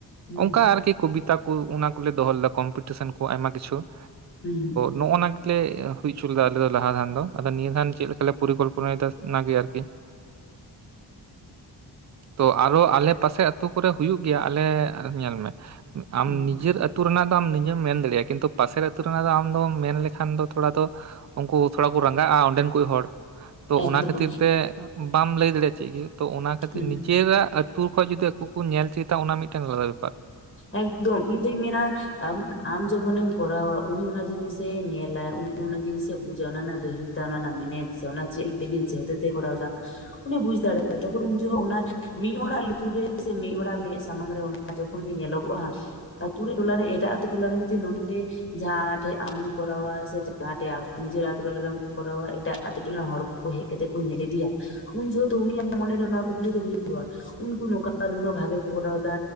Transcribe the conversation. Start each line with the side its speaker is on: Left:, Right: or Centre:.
Left: ᱦᱩᱸ
Right: ᱚᱱᱠᱟ ᱟᱨᱠᱤ ᱠᱚᱵᱤᱛᱟ ᱠᱚ ᱚᱱᱟ ᱠᱚᱞᱮ ᱫᱚᱦᱚ ᱞᱮᱫᱟ ᱠᱚᱢᱯᱤᱴᱤᱥᱚᱱ ᱠᱚ ᱟᱭᱢᱟ ᱠᱤᱪᱷᱩ ᱾
Left: ᱦᱩᱸ ᱾
Right: ᱱᱚᱜ ᱚᱱᱟ ᱜᱮᱞᱮ ᱦᱩᱭ ᱦᱚᱪᱚ ᱞᱮᱫᱟ ᱟᱞᱮ ᱫᱚ ᱞᱟᱦᱟ ᱫᱷᱟᱱ ᱫᱚ ᱟᱫᱚ ᱱᱤᱭᱟᱹ ᱫᱷᱟᱱ ᱪᱮᱫ ᱞᱮᱠᱟᱞ ᱞᱮ ᱯᱚᱨᱤᱠᱚᱞᱯᱚᱱᱟᱭ ᱮᱫᱟ ᱚᱱᱟ ᱜᱮ ᱟᱨᱠᱤ ᱾
Left: <unintelligible>
Right: ᱛᱚ ᱟᱨᱚ ᱟᱞᱮ ᱯᱟᱥᱮ ᱟ ᱟᱹᱛᱩ ᱠᱚᱨᱮ ᱦᱩᱭᱩᱜ ᱜᱮᱭᱟ, ᱟᱞᱮ ᱧᱮᱞ ᱢᱮ ᱟᱢ
Left: ᱦᱩᱸ
Right: ᱱᱤᱡᱮᱨ ᱟᱹᱛᱩ ᱨᱮᱱᱟᱜ ᱫᱚ ᱟᱢ ᱱᱤᱡᱮᱢ ᱢᱮᱱ ᱫᱟᱲᱮᱭᱟᱜᱼᱟ ᱠᱤᱱᱛᱩ ᱯᱟᱥᱮᱨ ᱟᱹᱛᱩ ᱨᱮᱱᱟᱜ ᱫᱚ ᱟᱢ ᱫᱚ ᱢᱮᱱ ᱞᱮᱠᱷᱟᱱ ᱫᱚ ᱛᱷᱚᱲᱟ ᱫᱚ ᱩᱱᱠᱩ ᱛᱷᱚᱲᱟᱠᱩ ᱨᱟᱸᱜᱟᱜᱼᱟ ᱚᱸᱰᱮᱱ ᱠᱩᱡ ᱦᱚᱲ ᱾ ᱛᱚ
Left: ᱮᱠᱫᱚᱢ
Right: ᱚᱱᱟ ᱠᱷᱟᱹᱛᱤᱨ ᱛᱮ ᱵᱟᱢ ᱞᱟᱹᱭ ᱫᱟᱲᱮᱭᱟᱜᱼᱟ ᱪᱮᱫ ᱜᱮ ᱛᱚ ᱚᱱᱟ ᱠᱷᱟᱹᱛᱤᱨ
Left: ᱦᱩᱸ
Right: ᱱᱤᱡᱮᱨᱟᱜ ᱠᱷᱚᱡ ᱡᱩᱫᱤ ᱟᱠᱚ ᱠᱚ ᱧᱮᱞ ᱪᱮᱫᱟ ᱚᱱᱟ ᱢᱤᱫᱴᱟᱝ ᱟᱞᱟᱫᱟ ᱵᱮᱯᱟ
Left: ᱮᱠᱫᱚᱢ ᱤᱧᱫᱩᱧ ᱢᱮᱱᱟ <unintelligible> ᱟᱢ ᱡᱚᱠᱷᱚᱱᱮᱢ ᱠᱚᱨᱟᱣᱟ ᱩᱱᱤ ᱚᱱᱟ ᱡᱤᱱᱤᱥᱮ ᱧᱮᱞᱟ ᱩᱱᱤ ᱚᱱᱟ ᱡᱤᱱᱤᱥᱮ ᱵᱩᱡᱟ ᱚᱱᱟ ᱨᱮᱱᱟᱜ ᱜᱟᱹᱦᱤᱨ ᱚᱱᱟ ᱨᱮᱱᱟᱜ ᱢᱮᱱᱮᱛ ᱥᱮ ᱚᱱᱟ ᱪᱮᱫ ᱞᱟᱹᱜᱤᱫ ᱪᱮᱫ ᱦᱚᱛᱮ ᱛᱮ ᱠᱚᱨᱟᱣᱫᱟ? ᱩᱱᱤ ᱵᱩᱡ ᱫᱟᱲᱮᱭᱟᱜᱟᱭᱼᱟ ᱛᱚᱠᱷᱚᱱ ᱩᱱ ᱚᱱᱟ ᱢᱤᱫ ᱦᱚᱲᱟᱜ ᱞᱩᱛᱩᱨ ᱨᱮ ᱥᱮ ᱢᱤᱫ ᱦᱚᱲᱟᱜ ᱢᱮᱫ ᱥᱟᱢᱟᱝ ᱨᱮ ᱚᱱᱟ ᱟᱡᱚᱢ ᱟ᱾ ᱛᱚᱠᱷᱚᱱ ᱜᱮ ᱧᱮᱞᱚᱜᱚᱜᱼᱟ ᱦᱟᱜ ᱟᱛᱩ ᱨᱮ ᱴᱚᱞᱟᱨᱮ ᱮᱴᱟᱜ ᱟᱹᱛᱩ ᱴᱚᱞᱟᱨᱮ ᱢᱤᱴᱤᱫ ᱢᱟᱹᱱᱢᱤ ᱡᱟᱦᱟ ᱴᱷᱮᱜ ᱟᱢᱮᱢ ᱠᱚᱨᱟᱣᱟ ᱥᱮ ᱡᱟᱦᱟ ᱴᱷᱮᱜ ᱱᱤᱡᱮᱨ ᱟᱛᱳ ᱴᱚᱞᱟ ᱠᱚᱨᱟᱣᱟ ᱮᱴᱟᱜ ᱟᱛᱳ ᱴᱚᱞᱟ ᱦᱚᱲ ᱚᱠᱚᱭ ᱦᱮᱡ ᱠᱟᱛᱮ ᱠᱚ ᱧᱮᱞ ᱤᱫᱤᱭᱟ? ᱩᱱ ᱡᱚᱦᱮᱛᱩ ᱩᱱᱤᱭᱟᱜ ᱢᱚᱱᱮᱨᱮ ᱱᱚᱣᱟ ᱠᱩᱠᱞᱤ ᱫᱚ ᱦᱩᱭ ᱠᱚᱜ ᱟ ᱩᱱᱠᱩ ᱱᱚᱝᱠᱟ ᱱᱩᱱᱟᱹᱜ ᱵᱷᱟᱜᱮ ᱠᱚ ᱠᱚᱨᱟᱣ ᱫᱟ᱾